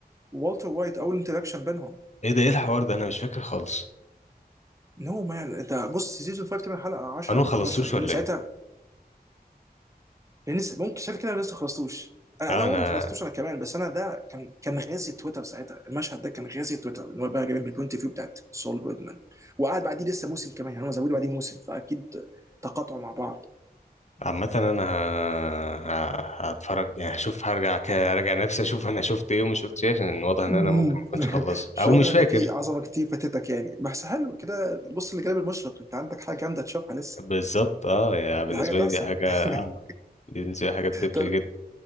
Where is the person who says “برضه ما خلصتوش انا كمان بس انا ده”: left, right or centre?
Right